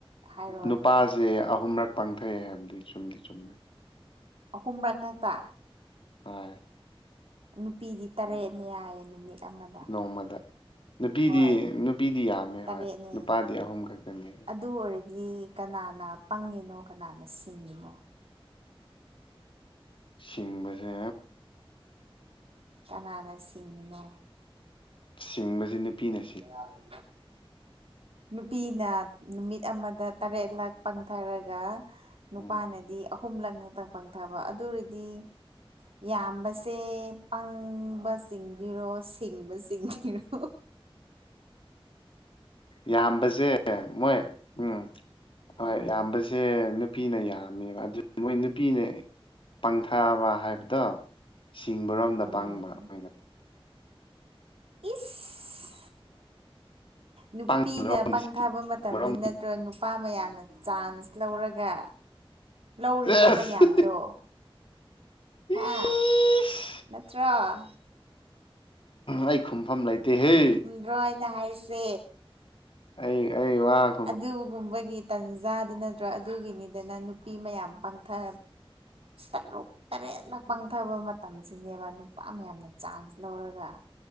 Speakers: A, on the right; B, on the left.
A: ꯍꯥꯏꯔꯛꯑꯣꯅꯦ
B: ꯅꯨꯄꯥꯁꯦ ꯑꯍꯨꯝꯔꯛ ꯄꯥꯡꯊꯣꯛꯑꯦ ꯍꯥꯏꯕꯗꯤ ꯆꯨꯝꯗꯤ ꯆꯨꯝꯃꯦ
A: ꯑꯍꯨꯝꯔꯛ ꯉꯥꯛꯛꯇ
B: ꯍꯣꯏ
A: ꯅꯨꯄꯤꯗꯤ ꯇꯔꯦꯠꯅꯦ ꯌꯥꯏꯌꯦ ꯅꯨꯃꯤꯠ ꯑꯃꯗ
B: ꯅꯣꯡꯃꯗ ꯅꯨꯄꯤꯗꯤ
A: ꯍꯣꯏ
B: ꯅꯨꯄꯤꯗꯤ ꯌꯥꯝꯃꯦ
A: ꯇꯔꯦꯠꯅꯦ
B: ꯍꯣꯏ ꯅꯨꯄꯥꯗꯤ ꯑꯍꯨꯝ ꯈꯛꯇꯅꯦ
A: ꯑꯗꯨ ꯑꯣꯏꯔꯗꯤ ꯀꯅꯥꯅ ꯄꯪꯉꯤꯅꯣ ꯀꯅꯥꯅ ꯁꯤꯡꯉꯤꯅꯣ
B: ꯁꯤꯡꯕꯁꯦ
A: ꯀꯅꯥꯅ ꯁꯤꯡꯉꯤꯅꯣ
B: ꯁꯤꯡꯕꯁꯤ ꯅꯨꯄꯤꯅꯦ
A: ꯀ ꯌꯥꯔꯔꯤ ꯅꯨꯄꯤꯅ ꯅꯨꯃꯤꯠ ꯑꯃꯗ ꯇꯔꯦꯠꯂꯥꯛ ꯄꯥꯡꯊꯔꯒ ꯅꯨꯄꯥꯅꯗꯤ
B: ꯎꯝ
A: ꯑꯍꯨꯝꯂꯛꯅꯛꯇꯪ ꯄꯪꯊꯕ ꯑꯗꯨꯔꯗꯤ ꯌꯥꯝꯕꯁꯦ ꯄꯪꯕ ꯆꯤꯡꯗꯔꯣ ꯁꯤꯡꯕ ꯆꯤꯡꯗꯔꯣ
B: ꯌꯥꯝꯕꯁꯦ ꯃꯣꯏ ꯎꯝ
A: ꯎꯝ
B: ꯍꯣꯏ ꯌꯥꯝꯕꯁꯦ ꯁꯦ ꯅꯨꯄꯤꯅ ꯌꯥꯝꯃꯦꯕ ꯑꯗꯨ ꯃꯣꯏ ꯅꯨꯄꯤꯅ ꯄꯪꯊꯥꯕ ꯍꯥꯏꯕꯗꯣ ꯁꯤꯡꯕꯔꯣꯝꯗ
A: ꯎꯝ
B: ꯄꯪꯕ ꯑꯈꯣꯏꯅ
A: ꯏꯁ ꯅꯨꯄꯤꯅ
B: ꯄꯪꯕꯔꯣꯝꯗ
A: ꯄꯪꯊꯥꯕ
B: ꯁꯤꯡꯕꯔꯣꯝꯗ
A: ꯃꯇꯝꯗ ꯑꯣ ꯅꯨꯄꯥ ꯃꯌꯥꯝꯅ ꯆꯥꯟꯁ ꯂꯧꯔꯒ ꯂꯧꯔꯤꯕ
B: ꯁꯦꯁ
A: ꯃꯌꯥꯝꯗꯣ
B: ꯏꯁ
A: ꯍꯥ ꯅꯠꯇ꯭ꯔ ꯑꯥ
B: ꯑꯩ ꯈꯨꯝꯐꯝ ꯂꯩꯇꯦꯍꯦ
A: ꯔꯣꯏꯅ ꯍꯥꯏꯁꯦ
B: ꯑꯩ ꯑꯩ ꯋꯥꯥꯛ
A: ꯑꯗꯨꯒꯨꯝꯕꯒꯤ ꯇꯟꯖꯥꯗꯨ ꯅꯠꯇ꯭ꯔꯣ ꯑꯗꯨꯒꯤꯅꯤꯗꯅ ꯅꯨꯄꯤ ꯃꯌꯥꯝ ꯄꯪꯊ ꯇꯔꯨꯛ ꯇꯔꯦꯠꯂꯛ ꯄꯪꯊꯕ ꯃꯇꯝꯁꯤꯅꯦꯕ ꯅꯨ ꯅꯨꯄꯥ ꯃꯌꯥꯝꯅ ꯆꯥꯟꯁ ꯂꯧꯔꯒ